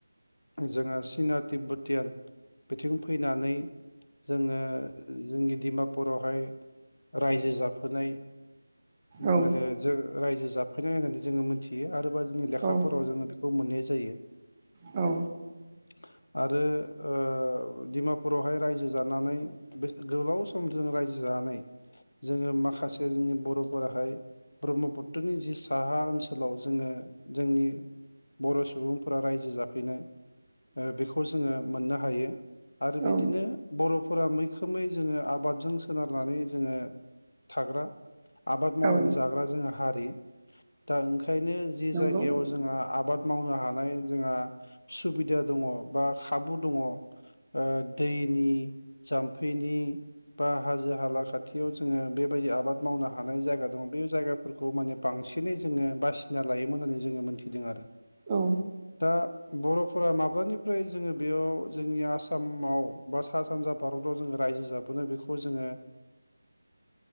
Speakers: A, on the left; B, on the right.
A: जोङो चिना तिब्बुतियान बिथिं फैनानै जोङो जोंनि डिमापुरावहाय रायजो जाफोनाय <unintelligible>
B: औ
A: रायजो जाफैनाय होननानै जोङो मोनथियो आरोबा जोंनि लेखाफोराव
B: औ
A: जोङो बेखौ मोननाय जायो।
B: औ
A: <inaudible> आरो ओ डिमापुरावहाय रायजो जानानै बे गोलाव सम जोङो रायजो जानानै जोङो माखासे जोंनि बर' फोराहाय ब्रह्मपुत्रनि जि साहा ओनसोलाव जोङो जोंनि बर' सुबुंफोरा रायजो जाफैनाय ओ बेखौ जोङो मोननो हायो। आरो बिदिनो
B: औ
A: बर'फोरा मैखोमै जोङो आबादजों सोनारनानै जोङो थाग्रा। आबाद मावनानै
B: औ
A: जाग्रा जोंहा हारि दा ओंखायनो जि
B: नंगौ
A: जायगायाव जोंहा आबाद मावनो हानाय जोंहा सुबिदा दङ बा खाबु दङ' ओ दैनि जाम्फैनि बा हाजो हाला खाथियाव जोङो बेबायदि आबाद मावनो हानाय जायगा दङ बे जायगाफोरखौ माने बां बसेनै जोङो बासिना लायोमोन होननानै जोङो मोनथिदों आरो
B: औ
A: दा बर'फोरा माब्लानिफ्राय जोङो बेयाव जोंनि आसामाव बा सा सानजा भारताव जोङो राज्यो रायजो जाबोनो बेखौ जोङो